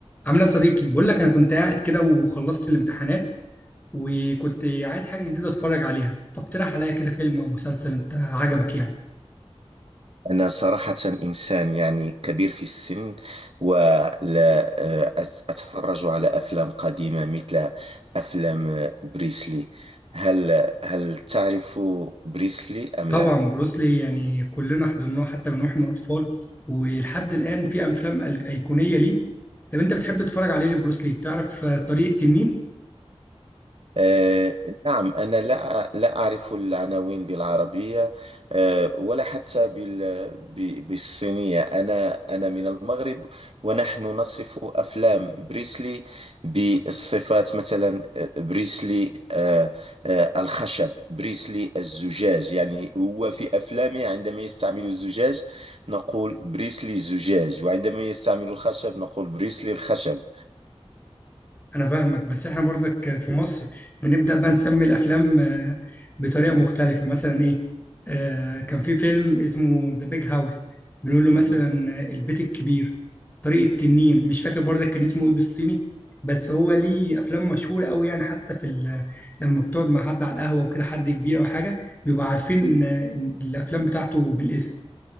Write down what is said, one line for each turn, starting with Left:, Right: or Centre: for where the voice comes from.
Left: عامله يا صديقي بقول لك انا كنت قاعد كده وخلصت الامتحانات وكنت عايز حاجه جديده اتفرج عليها فاقترح عليا كده فيلم او مسلسل انت عجبك يعني
Right: أنا صراحة إنسان يعني كبير في السن ولا آه، أت- أتفرج على أفلام قديمة مثل أفلام آه، بريسلي هل هل تعرف بريسلي أم
Left: طبعا
Right: لا؟
Left: بروسلي يعني كلنا حضرناه حتى من واحنا اطفال ولحد الان في افلام أيق- ايقونيه ليه طب انت بتحب تتفرج عليه لبروسلي تعرف آه، طريق التنين
Right: آه، نعم أنا لا لا أعرف العناوين بالعربية آه، ولا حتى بال ب- بالصينية أنا أنا من المغرب ونحن نصف أفلام بريسلي بالصفات مثلا آه، بريسلي آه، آه، الخشب بريسلي الزجاج يعني هو في أفلامه عندما يستعمل الزجاج نقول بريسلي الزجاج وعندما يستعمل الخشب نقول بريسلي الخشب
Left: انا فاهمك بس احنا برضك في مصر بنبدا بقى
Right: م-
Left: نسمي الافلام آه، بطريقه مختلفه مثلا ايه آه كان في فيلم اسمه ذا بيج هاوس بنقول له مثلا
Right: م- م-
Left: آه، البيت الكبير طريق التنين مش فاكر برضك كان اسمه ايه بالصيني بس هو ليه افلام مشهوره قوي يعني حتى في ال- لما بتقعد مع حد على القهوه وكده حد كبير او حاجه بيبقوا عارفين آه، الافلام بتاعته بالاسم